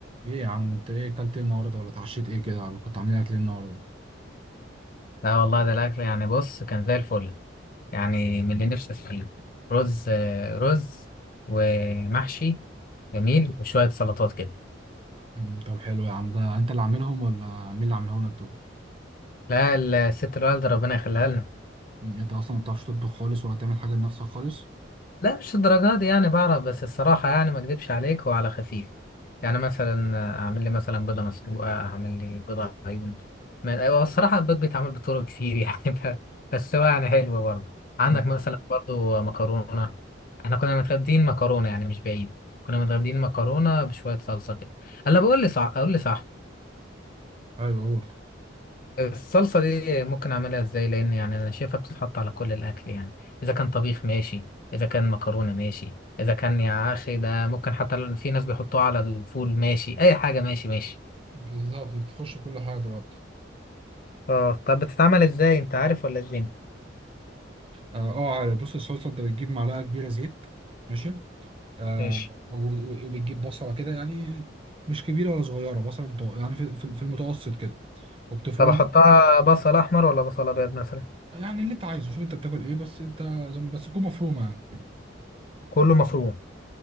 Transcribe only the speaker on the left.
لا والله ده الأكل يعني بص كان زي الفل يعني من اللي نفسي فيه رز آه، رز ومحشي جميل وشوية سلطات كده
لا الست الوالدة ربنا يخليها لنا
لا مش الدرجات دي يعني بعرف بس الصراحة يعني ما اكدبش عليك هو على خفيف يعني مثلا اعمل لي مثلا بيضة مسلوقة اعمل لي بيضة عيون ما- هو الصراحة البيض بيتعمل بطرق كتير يعني <laughs> ب- بس هو يعني حلو برضه عندك
مثلا برضه مكرونة احنا كنا متغدين مكرونة يعني مش بعيد كنا متغدين مكرونة بشوية صلصة كده هلا بقول لي صح اقول لي صح
الصلصة دي ممكن أعملها إزاي؟ لأن يعني أنا شايفها بتتحط على كل الأكل يعني إذا كان طبيخ ماشي إذا كان مكرونة ماشي إذا كان يا أخي ده ممكن حتى ل- في ناس بيحطوها على الفول ماشي أي حاجة ماشي ماشي
اه طب بتتعمل إزاي أنت عارف ولا إزاي؟
ماشي
طب أحطها بصل أحمر ولا بصل أبيض مثلا؟
كله مفروم